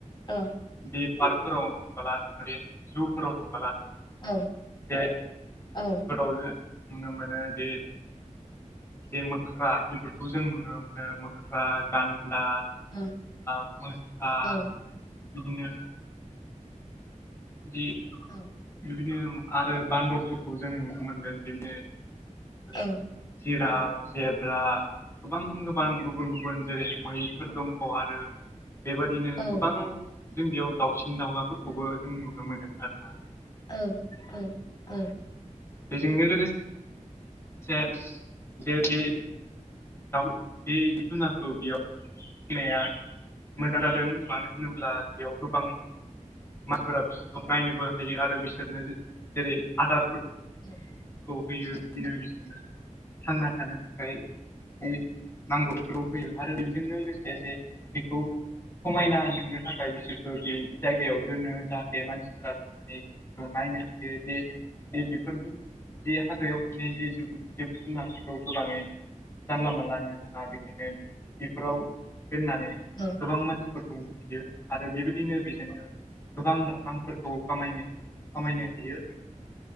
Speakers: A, on the left (about 35°); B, on the left (about 20°).
A: औ
B: बे पार्कफोराव थांबोला जुफोराव थांबोला
A: औ
B: जे
A: औ
B: फोराव ज नुनो मोनो जे जे मोख्रा बेफोरखौ जों नुनो मोनो मोख्रा गान्दा
A: औ
B: मोसा
A: औ
B: बिदिनो जि
A: औ
B: बिबायदिनो आरो बान्दरफोरखौ जों नुनो मोनगोन बिबायदिनो
A: औ
B: जिरप जेब्रा गोबां गोबां गुबुन गुबुन जेरै मैफोर दङ आरो बेबादिनो
A: औ
B: गोबां जों बेयाव दाउसिन दाउलाफोरखौबो जों नुनो मोनो आरो ना
A: औ औ औ
B: बेजोंनो लोगोसे जे बे दाउ बे जि जुनारखौ बेयाव होननाया मोजां जादों मानो होनोब्ला बेयाव गोबां मानसिफोरा बिसोरखौ नायनोबो हायो आरो बिसोरनो जेरै आदार
A: <inaudible>
B: होयो बिदिनो बिसोरनो थांना थानो थाखाय जि नांगौ ग' होयो आरो बेजोंनो लोगोसे जे बेखौ समायना नुहोननो थाखाय बिसोरखौो बे जायगायाव दोनो जाहाथे मानसिफोरा थांनानै नायनो हायो जे जे बेफोर जे हागायाव थनाय जि जिब जुनारफोरखौ गोबाङै जानला मोनानला नुनो थाङा बेखायनो बेफोराव दोननानै
A: औ
B: गोबां मानसिफोरखौ नयो आरो बेबायदिनो बेजोंनो गोबां रफांफोरखौ खामायनो खामायनो हायो